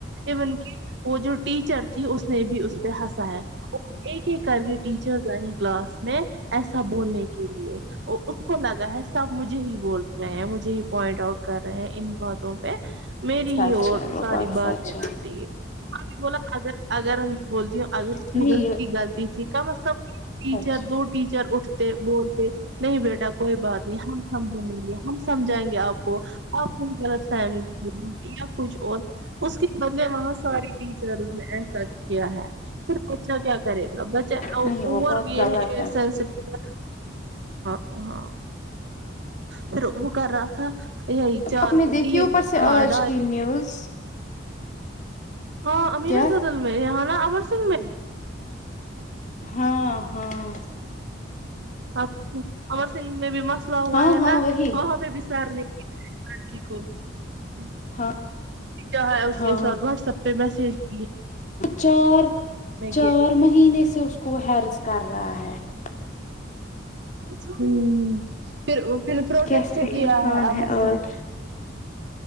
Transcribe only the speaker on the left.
سچ
ہے وہ
سچ
نہیں
اچھا
نہیں وہ بہت غلط ہے
آپ نے دیکھی
اوپر سے
آج
کی نیوز
کیا
ہاں <unintelligible> ہاں
ہاں
ہاں وہی
ہاں
ہاں
چار چار
مہینے سے اس کو ہر <unintelligible>
کیسے
انسان
آج